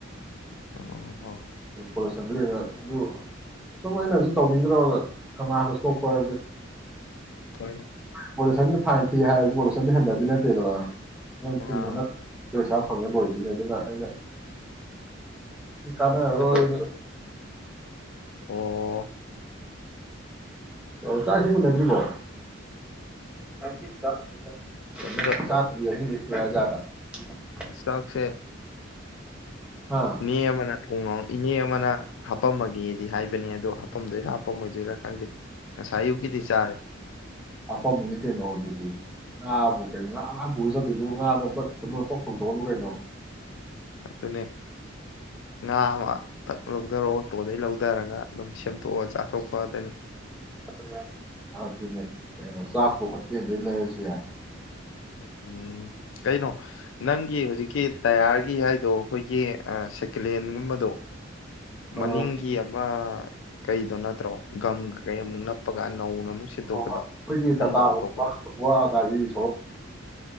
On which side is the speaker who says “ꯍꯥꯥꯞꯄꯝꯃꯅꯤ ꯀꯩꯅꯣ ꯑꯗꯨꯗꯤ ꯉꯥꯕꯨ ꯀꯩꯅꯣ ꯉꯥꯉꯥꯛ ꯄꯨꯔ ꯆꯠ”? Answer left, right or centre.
Centre